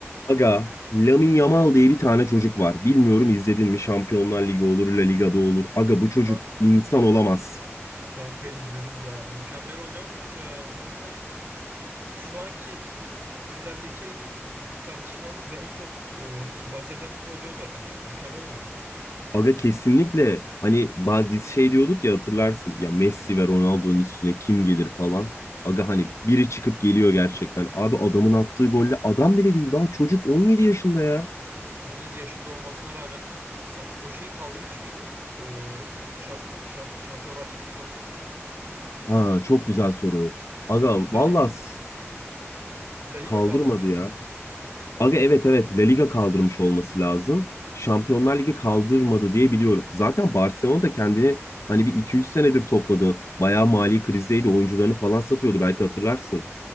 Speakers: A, on the left; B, on the right.
A: Aga, Lamine Yamal diye bir tane çocuk var. Bilmiyorum izledin mi? Şampiyonlar Ligi olur, La Liga'da olur. Aga bu çocuk
B: Kan-
A: insan olamaz.
B: Kanka izledim ya. Mükemmel oynamıyor mu ya? Harbiden şu anki gündemdeki en iyi fut- tartışılan ve en çok e, bahsedilen futbolcu o zaten yani. Mükemmel oynuyor.
A: Aga
B: Kusursuz.
A: kesinlikle hani bazı biz şey diyorduk ya hatırlarsın. Ya Messi ve Ronaldo'nun üstüne kim gelir falan. Aga hani biri çıkıp geliyor gerçekten. Abi adamın attığı golle adam bile değil daha çocuk 17 yaşında ya.
B: 17 yaşında olmasına rağmen san- o şeyi kaldırmış mıydı? E, şamp şamp- Şampiyonlar Ligi kupası.
A: Ha çok güzel soru. Aga
B: La
A: vallahi
B: Liga,
A: s-
B: La Liga
A: kaldırmadı
B: kaldırmıştı
A: ya.
B: sanki.
A: Aga evet evet La Liga kaldırmış olması lazım. Şampiyonlar Ligi kaldırmadı diye biliyorum. Zaten Barcelona da kendini hani bir iki 3 senedir topladı. Bayağı mali krizdeydi. Oyuncularını falan satıyordu belki hatırlarsın.